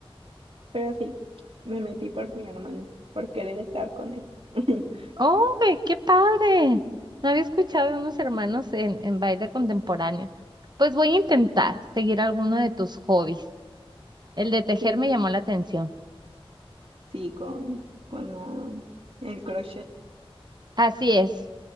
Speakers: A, on the right (about 70°); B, on the right (about 45°).
A: pero sí, me metí por mi hermano, por querer estar con él. <laughs>
B: ¡Oh, qué padre! No había escuchado de unos hermanos en, en baile contemporáneo. Pues voy a intentar seguir alguno de tus hobbies. El de tejer
A: Sí,
B: me llamó la atención.
A: sí, con, con ah, el crochet,
B: Así es.